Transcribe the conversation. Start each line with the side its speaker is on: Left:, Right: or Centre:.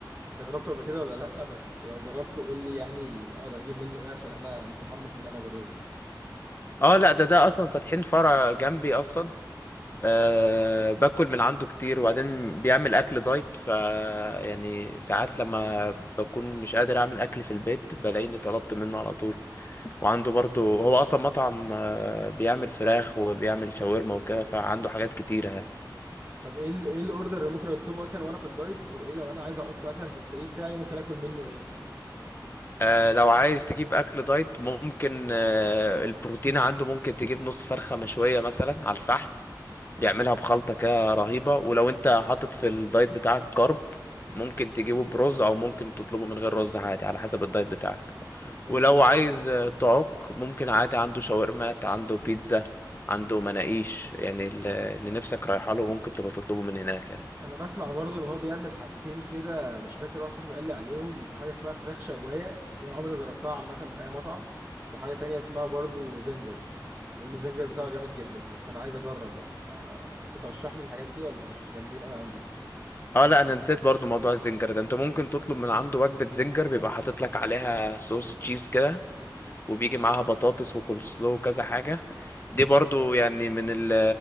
Right: انت جربته قبل كده ولا لا بس لو جربته قول لي يعني اقدر اجيب منه ايه عشان انا متحمس ان انا اجربه
Left: اه لا ده ده اصلا فاتحين فرع جنبي اصلا أه باكل من عنده كتير وبعدين بيعمل اكل دايت ف يعني ساعات لما بكون مش قادر اعمل اكل في البيت بلاقيني طلبت منه على طول وعنده برضه هو اصلا مطعم آه، بيعمل فراخ وبيعمل شاورما وكده فعنده حاجات كتيرة يعني
Right: طب ايه ال- ايه الاوردر اللي ممكن اطلبه مثلا وانا في الدايت وايه لو انا عايز اعك مثلا في الفري بتاعي ممكن اكل منه ايه
Left: أه لو عايز تجيب اكل دايت ممكن أه البروتين عنده ممكن تجيب نص فرخة مشوية مثلا على الفحم بيعملها
Right: طيب،
Left: بخلطة كده رهيبة ولو انت حاطط في الدايت بتاعك كارب ممكن تجيبه برز او ممكن تطلبه من غير رز عادي على حسب الدايت بتاعك
Right: طب حلو
Left: ولو عايز آه، تعك ممكن عادي عنده شاورمات عنده بيتزا عنده مناقيش يعني ال- اللي نفسك رايحه له ممكن تبقى تطلبه من هناك يعني.
Right: انا بسمع برضو ان هو بيعمل حاجتين كده مش فاكر واحد صاحبي قال لي عليهم حاجه اسمها فراخ شوايه دي انا عمري ما جربتها عامه من اي مطعم وحاجه تانية اسمها برضو زنجر بيقول لي الزنجر بتاعه جامد جدا بس انا عايز اجرب بقى فانت ترشح لي الحاجات دي ولا مش جامدين قوي عنده
Left: اه لا انا نسيت برضو موضوع الزنجر ده انت ممكن تطلب من عنده وجبة زنجر بيبقى حاطط لك عليها صوص تشيز كده وبيجي معاها بطاطس وكول سلو وكذا حاجة دي برضو يعني من ال-